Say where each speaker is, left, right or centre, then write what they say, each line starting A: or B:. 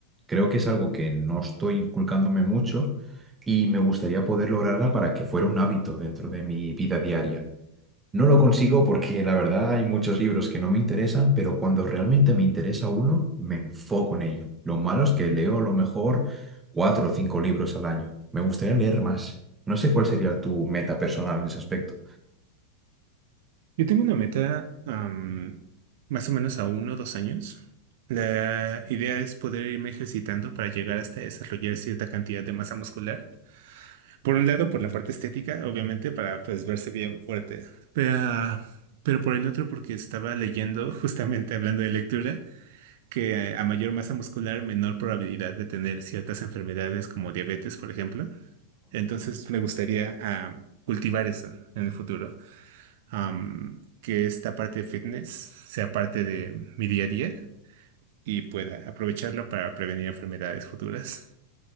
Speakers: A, on the right; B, on the right.
A: Creo que es algo que no estoy inculcándome mucho y me gustaría poder lograrla para que fuera un hábito dentro de mi vida diaria. No lo consigo porque la verdad hay muchos libros que no me interesan, pero cuando realmente me interesa uno, me enfoco en ello. Lo malo es que leo a lo mejor cuatro o cinco libros al año. Me gustaría leer más. No sé cuál sería tu meta personal en ese aspecto.
B: Yo tengo una meta, am, más o menos a uno o dos años. La idea es poder irme ejercitando para llegar hasta desarrollar cierta cantidad de masa muscular. Por un lado, por la parte estética, obviamente, para pues verse bien fuerte. Pero, pero por el otro, porque estaba leyendo, <laughs> justamente hablando de lectura. que a mayor masa muscular, menor probabilidad de tener ciertas enfermedades como diabetes, por ejemplo. Entonces, me gustaría ah, cultivar eso en el futuro. Am, que esta parte de fitness sea parte de mi día a día y pueda aprovecharlo para prevenir enfermedades futuras.